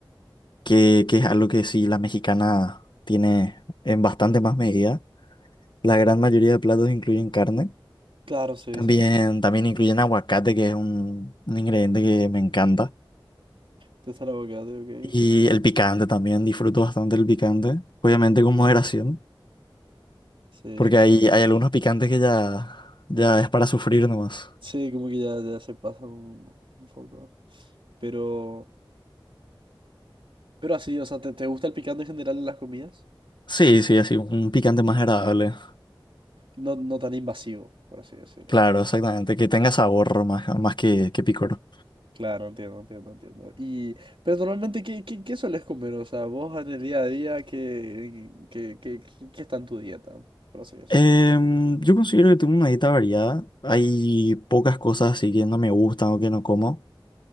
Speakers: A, on the left; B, on the right.
A: que, que es algo que sí la mexicana tiene en bastante más medida. La gran mayoría de platos incluyen carne.
B: Claro, sí,
A: También,
B: sí, sí.
A: también incluyen aguacate, que es un, un ingrediente que me encanta.
B: Te gusta el abogado, ok.
A: Y el picante también, disfruto bastante el picante. Obviamente con moderación,
B: Sí,
A: porque
B: sí, sí.
A: hay, hay algunos picantes que ya, ya es para sufrir nomás.
B: Sí, como que ya, ya se pasa un, un poco. Pero, pero así, o sea, ¿te, te gusta el picante en general en las comidas?
A: Sí, sí, así, un picante más agradable.
B: no, no tan invasivo, por así decirlo.
A: Claro,
B: ¿no?
A: exactamente, que tenga sabor más, más que, que picor.
B: Claro, entiendo, entiendo, entiendo. Y, pero normalmente, ¿qué, qué, qué sueles comer? O sea, vos en el día a día, ¿qué, qué, qué, qué- qué está en tu dieta? Por así decirlo.
A: Em, yo considero que tengo una dieta variada. Hay pocas cosas así que no me gustan o que no como.